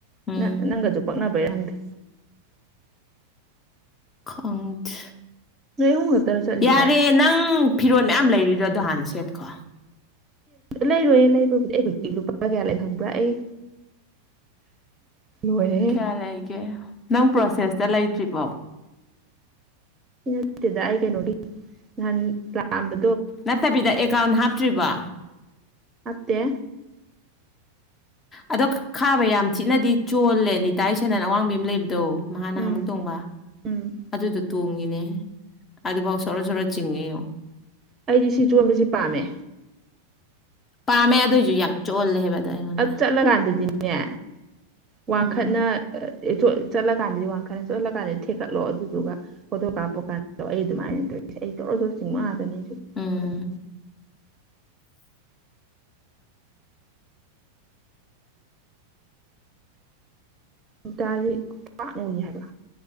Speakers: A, on the left (about 20°); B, on the right (about 25°).
A: ꯎꯝ
B: ꯅꯪ ꯅꯪꯒꯁꯨ ꯄꯛꯅꯕꯩꯔꯥ ꯈꯪꯗꯦ
A: ꯪ ꯈꯪꯗꯦ
B: ꯅꯣꯏ ꯑꯍꯨꯝ ꯈꯛꯇꯔꯣ ꯆꯠꯂꯤꯁꯦ
A: ꯌꯥꯔꯦ ꯅꯪ ꯐꯤꯔꯣꯜ ꯃꯌꯥꯝ ꯂꯩꯔꯤꯗ ꯑꯗꯨꯣ ꯍꯥꯟꯅ ꯁꯦꯠꯀꯣ
B: ꯂꯩꯔꯣꯏꯌꯦ ꯂꯩꯔꯨꯕꯨꯗꯤ ꯑꯩ ꯀꯌꯥ ꯂꯩ ꯈꯪꯕ꯭ꯔꯥ ꯑꯩ ꯂꯣꯏꯔꯦꯍꯦ
A: ꯀꯌꯥ ꯂꯩꯒꯦ ꯅꯪ
B: ꯂꯨꯄꯥ
A: ꯄ꯭ꯔꯣꯁꯦꯁꯇ
B: ꯆꯥꯝꯃꯉꯥ
A: ꯂꯩꯇ꯭ꯔꯤꯕꯣ
B: ꯅꯠꯇꯦꯗ ꯑꯩ ꯀꯩꯅꯣꯔꯤ ꯅꯍꯥꯟ ꯂꯥꯛꯑꯝꯕ
A: ꯅꯠꯇꯕꯤꯗ ꯑꯦꯀꯥꯎꯟ ꯍꯥꯞꯇ꯭ꯔꯤꯕ
B: ꯅꯦ
A: ꯑꯗꯣ ꯈꯥꯕ ꯌꯥꯝ ꯊꯤꯅꯗꯤ ꯆꯣꯜꯂꯦ ꯇꯥꯏꯔꯤ ꯁꯅꯅ ꯑꯋꯥꯡꯕꯤ ꯑꯃ ꯂꯩꯕꯗ ꯇꯗꯣ ꯅꯍꯥꯟ ꯅꯍ
B: ꯎꯝ
A: ꯑꯃꯨꯛ ꯇꯣꯡꯕ
B: ꯎꯝ
A: ꯑꯗꯨꯗꯨ ꯇꯣꯡꯉꯤꯅꯦ ꯑꯗꯨꯐꯥꯎ ꯁꯣꯔ ꯁꯣꯔ ꯆꯤꯡꯉꯤꯣ
B: ꯑꯩꯗꯤ ꯁꯤ ꯆꯣꯟꯕꯁꯤꯦ ꯄꯥꯝꯃꯦ
A: ꯄꯥꯝꯃꯦ ꯑꯗꯨꯏꯁꯨ ꯌꯥꯝ ꯆꯣꯜꯂꯦ ꯍꯥꯏꯕ ꯑꯗꯣ ꯑꯩꯉꯣꯟꯗ
B: ꯑ ꯆꯠꯂꯀꯥꯟꯗꯗꯤꯅꯦ ꯋꯥꯡꯈꯠꯅ
A: ꯎꯝ
B: ꯠ ꯆꯠꯂ ꯀꯀꯥꯟꯗꯗꯤ ꯋꯥꯡꯈꯠ ꯆꯣꯠꯜꯂ ꯀꯥꯟꯗꯗꯤ ꯊꯦꯛꯀꯠꯂꯣ ꯑꯗꯨꯗꯨꯒ ꯐꯣꯇꯣ ꯀꯥꯞꯄ ꯀꯥꯟꯗ ꯑꯩ ꯑꯗꯨꯃꯥꯏꯅ ꯇꯧ ꯑꯩ ꯇꯧ ꯇ ꯆꯤꯡꯃꯥꯗꯅꯦ ꯑꯩꯁꯨ
A: ꯎꯝ
B: ꯀꯩꯅꯣ ꯇꯗꯤ ꯀꯏ ꯍꯥꯏꯕ